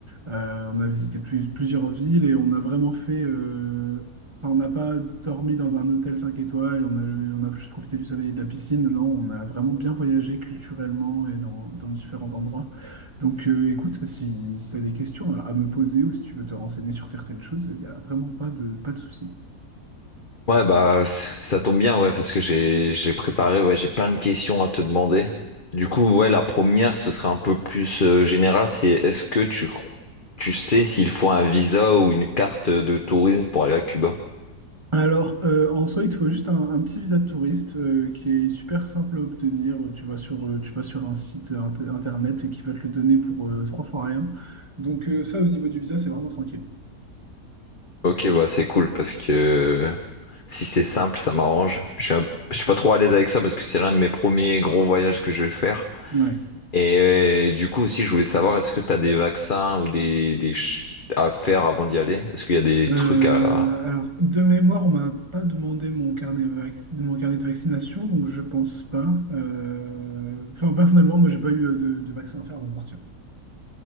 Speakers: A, on the right (about 20°); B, on the left (about 30°).
A: Euh, on a visité plus- plusieurs villes et on a vraiment fait. euh, enfin, on n'a pas dormi dans un hôtel 5 étoiles et on a, on a juste profité du soleil et de la piscine. Là, on a vraiment bien voyagé culturellement et dans, dans différents endroits. Donc, euh, écoute, si, tu as des questions à, à me poser ou si tu veux te renseigner sur certaines choses, il n'y a vraiment pas de, pas de souci.
B: Ouais, bah, c- ça tombe bien, ouais, parce que j'ai j'ai préparé, ouais, j'ai plein de questions à te demander. Du coup, ouais, la première, ce serait un peu plus euh, général, c'est est-ce que tu, cro- tu sais s'il faut un visa ou une carte de tourisme pour aller à Cuba?
A: Alors, euh, en soi, il te faut juste un, un petit visa de touriste euh, qui est super simple à obtenir. Euh, Tu vas sur, euh, tu vas sur un site euh, inter- internet qui va te le donner pour euh, trois fois rien. Donc, euh, ça, au niveau du visa, c'est vraiment tranquille.
B: Ok, bah, c'est cool, parce que euh, si c'est simple, ça m'arrange. Je suis un- je suis pas trop à l'aise avec ça, parce que c'est l'un de mes premiers gros voyages que je vais faire.
A: Ouais.
B: Et euh, du coup aussi, je voulais savoir, est-ce que tu as des vaccins ou des, des ch- à faire avant d'y aller? Est-ce qu'il y a des
A: Euh,
B: trucs à...
A: alors, de mémoire, on m'a pas demandé mon carnet, vac- de mon carnet de vaccination, donc je pense pas. Euh, Enfin, personnellement, moi, j'ai pas eu euh, de, de vaccin à faire avant de partir.